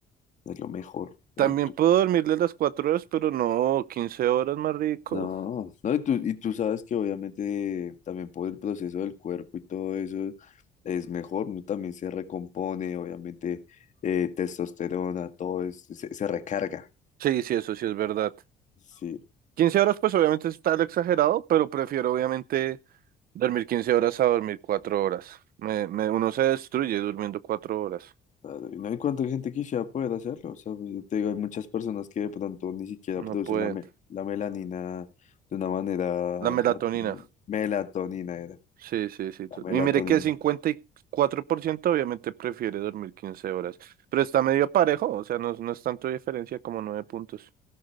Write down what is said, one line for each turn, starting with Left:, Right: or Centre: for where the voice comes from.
Left: es lo mejor.
Right: También
Left: Ay, tú-
Right: puedo dormirle las cuatro horas, pero no, 15 horas más rico.
Left: No, no, y tú, y tú sabes que obviamente también por el proceso del cuerpo y todo eso es mejor, ¿no? También se recompone, obviamente, eh, testosterona, todo eso, se, se recarga.
Right: Sí, sí, eso sí es verdad.
Left: Sí.
Right: quince horas, pues obviamente está el exagerado, pero prefiero obviamente dormir 15 horas a dormir cuatro horas. Me, me, uno se destruye durmiendo cuatro horas.
Left: Claro, y no hay cuánta gente quisiera poder hacerlo. O sea, pues, yo te digo, hay muchas personas que de pronto ni siquiera
Right: No
Left: producen
Right: pueden.
Left: la, me- la melanina de una manera
Right: La melatonina.
Left: natural. Melatonina era,
Right: Sí, sí, sí. tú-
Left: la melatonina.
Right: Y mire que cincuenta y cuatro por ciento obviamente prefiere dormir 15 horas. Pero está medio parejo, o sea, no, no es tanto diferencia como nueve puntos.